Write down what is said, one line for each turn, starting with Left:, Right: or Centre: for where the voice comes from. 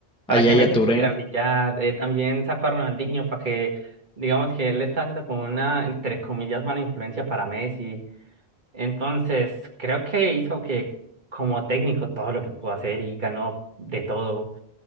Right: para
Centre: a Yaya
Right: que Messi
Centre: Touré.
Right: pudiera brillar. Eh, también sacó a Ronaldinho para que, digamos que él está haciendo como una, entre comillas, mala influencia para Messi. Entonces, creo que hizo que como técnico todo lo que pudo hacer y ganó de todo.